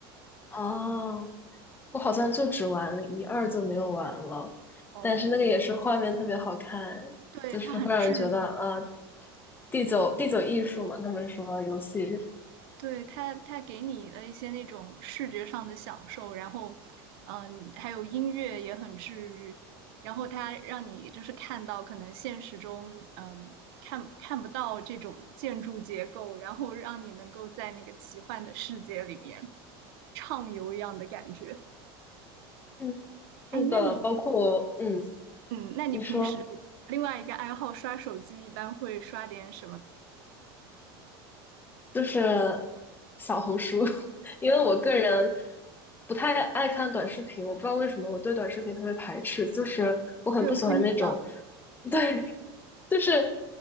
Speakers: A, on the left; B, on the right.
A: 哦，我好像就只玩了一二就没有玩了，
B: 哦，
A: 但是那个也是画面特别好看，
B: 对，
A: 就是会让人觉得啊，
B: 它很治愈。
A: 第九第九艺术嘛，他们说游戏。
B: 对，它它给你的一些那种视觉上的享受，然后，嗯，还有音乐也很治愈，然后它让你就是看到可能现实中，嗯，看看不到这种建筑结构，然后让你能够在那个奇幻的世界里面畅游一样的感觉。
A: 嗯。
B: 哎，
A: 是的，
B: 那你，
A: 包括我，嗯，
B: 嗯，那你平时另外一个爱好刷手机，
A: 你说
B: 一般会刷点什么？
A: 就是小红书，<laughs> 因为我个人不太爱看短视频，我不知道为什么我对短视频特别排斥，就是我很不喜欢那种，
B: 对，我和你一样。
A: <laughs> 对，就是